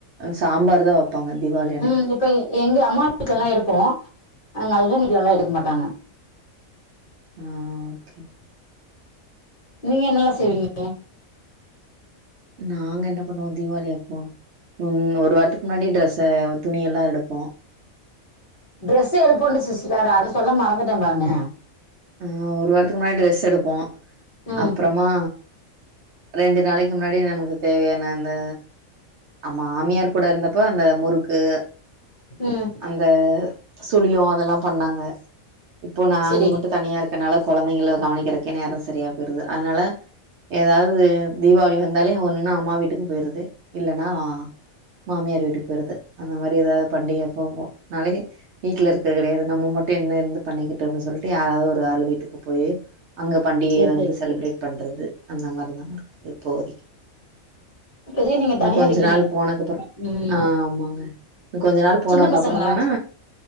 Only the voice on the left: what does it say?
உம் இப்ப எங்க அம்மா வீட்க்கு எல்லா எடுப்போ எங்க ஹஸ்பண்ட் வீட்லல்லா எடுக்க மாட்டாங்க
நீங்க என்ன எல்லா செய்வீங்க
டிரெஸ்ஸ எடுப்போண்டு சிஸ்டர் அத சொல்ல மறந்துட்ட பாருங்க
ம்
ம்
செரி
செரி
செரி
இப்பதே நீங்க
தனியா
இருக்கீங்க
ம்
சின்ன பசங்களா